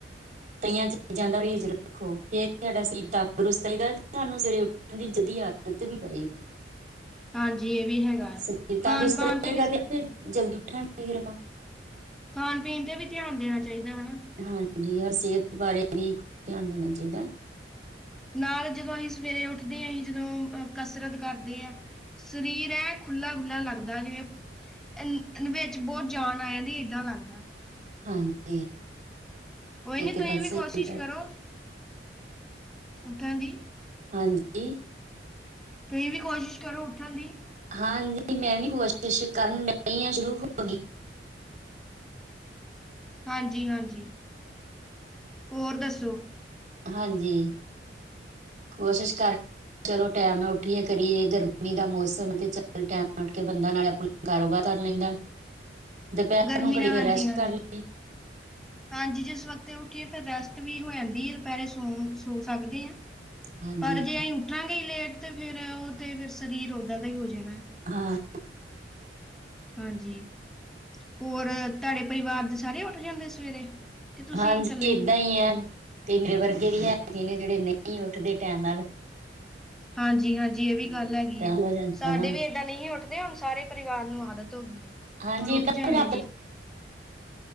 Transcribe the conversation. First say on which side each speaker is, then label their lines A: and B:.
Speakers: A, on the right; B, in the centre.
A: ਕਈਆਂ ਚੀਜ਼ਾਂ ਦਾ ਵੀ ਇਜ਼ਰ ਰੱਖੋ ਫੇਰ ਸਾਡਾ ਸਰ ਤੰਦਰੁਸਤ ਹੋਏਗਾ ਤੇ ਤੁਹਾਨੂੰ ਸਵੇਰੇ ਉੱਠਣ ਦੀ ਜਲਦੀ ਆਦਤ ਵੀ ਪਏਗੀ।
B: ਹਾਂਜੀ ਇਹ ਵੀ ਹੈਗਾ
A: ਸਰੀਰ
B: ਖਾਣ
A: ਤੰਦਰੁਸਤ
B: ਪਾਣ
A: ਰਹੇਗਾ
B: ਵੀ
A: ਤੇ ਫ ਜਲਦੀ ਉੱਠਣਗੇ ਫਿਰ ਆਪਾਂ
B: ਖਾਣ ਪੀਣ ਤੇ ਵੀ ਧਿਆਨ ਦੇਣਾ ਚਾਹੀਦਾ ਹਨਾ।
A: ਹਾਂਜੀ ਹਰ ਸਿਹਤ ਬਾਰੇ ਵੀ ਧਿਆਨ ਦੇਣਾ ਚਾਹੀਦਾ।
B: ਨਾਲ ਜਦੋਂ ਅਸੀਂ ਸਵੇਰੇ ਉੱਠਦੇ ਹਾਂ ਅਸੀਂ ਜਦੋਂ ਅਹ ਕਸਰਤ ਕਰਦੇ ਹਾਂ ਸਰੀਰ ਖੁੱਲਾ ਖੁਲਾ ਲੱਗਦਾ ਜਿਵੇਂ ਅ ਵਿੱਚ ਬਹੁਤ ਜਾਨ ਆਇਆ ਨ ਦਾਂ ਲੱਗਦਾ।
A: ਹਾਂਜੀ
B: ਹੋਈ
A: ਇਹ
B: ਨਹੀਂ
A: ਤੇ
B: ਤੁਸੀਂ
A: ਗੱਲ
B: ਵੀ
A: ਸਹੀ
B: ਕੋਸ਼ਿਸ਼
A: ਤਾਂ
B: ਕਰੋ ਉੱਠਣ ਦੀ
A: ਹਾਂਜੀ
B: ਤੁਸੀਂ ਵੀ ਕੋਸ਼ਿਸ਼ ਕਰੋ ਉੱਠਣ ਦੀ
A: ਹਾਂਜੀ ਮੈਂ ਵੀ ਕੋਸ਼ਿਸ਼ ਕਰਨ ਡਹੀ ਹਾਂ ਸ਼ੁਰੂ ਹੋ ਗਈ
B: ਹਾਂਜੀ ਹਾਂਜੀ ਹੋਰ ਦੱਸੋ?
A: ਹਾਂਜੀ ਕੋਸ਼ਿਸ਼ ਕਰ ਚਲੋ ਟਾਈਮ ਨਾਲ ਉੱਠੀਏ ਕਰੀਏ ਗਰਮੀ ਦਾ ਮੌਸਮ ਤੇ ਚੱਲ ਟਾਈਮ ਉੱਠ ਕੇ ਬੰਦਾਾਂ ਨਾਲ ਆਪਣੇ ਕਾਰੋਬਾਰ ਕਰ ਲੈਂਦਾ। ਦੁਪਹਿਰ
B: ਗਰਮੀ
A: ਨੂੰ ਘੜੀ
B: ਨਾਲ
A: ਫੇਰ ਰੈਸਟ
B: ਹਾਂਜੀ ਹਾਂਜੀ।
A: ਕਰ ਲਈ
B: ਹਾਂਜੀ ਜਿਸ ਵਕਤ ਉੱਠੀਏ ਫਿਰ ਰੈਸਟ ਵੀ ਹੋ ਜਾਂਦੀ ਹੈ ਦੁਪਹਿਰੇ ਸੋ ਸੋ ਸਕਦੇ ਹਾਂ।
A: ਹਾਂਜੀ
B: ਪਰ ਜੇ ਅਸੀਂ ਉੱਠਾਂਗੇ ਹੀ ਲੇਟ ਤੇ ਫਿਰ ਉਹ ਤੇ ਫਿਰ ਸਰੀਰ ਓਦਾਂ ਦਾ ਹੀ ਹੋ ਜਾਣਾ।
A: ਹਾਂ।
B: ਹਾਂਜੀ ਹੋਰ ਤੁਹਾਡੇ ਪਰਿਵਾਰ ਦੇ ਸਾਰੇ ਉੱਠ ਜਾਂਦੇ ਸਵੇਰੇ। ਕਿ ਤੁਸੀਂ
A: ਹਾਂਜੀ
B: ਇਕੱਲੇ
A: ਏਦਾਂ ਹੀ ਹੈ ਕਈ ਮੇਰੇ ਵਰਗੇ ਵੀ ਹੈਗੇ ਨੇ ਜਿਹੜੇ ਨਹੀਂ ਉੱਠਦੇ ਟਾਈਮ ਨਾਲ।
B: ਹਾਂਜੀ ਹਾਂਜੀ ਇਹ ਵੀ
A: ਤੇ
B: ਗੱਲ ਹੈਗੀ
A: ਤਾਂ
B: ਆ
A: ਹੋ ਜਾਂਦਾ
B: ਸਾਡੇ
A: ਨਾ
B: ਵੀ ਏਦਾਂ ਨਹੀਂ ਉੱਠਦੇ ਹੁਣ ਸਾਰੇ ਪਰਿਵਾਰ ਨੂੰ ਆਦਤ ਹੋ ਗਈ
A: ਹਾਂਜੀ
B: ਹੁਣ
A: ਏਦਾਂ
B: ਉੱਠ ਜਾਂਦੇ।
A: ਫਿਰ ਰਾਤ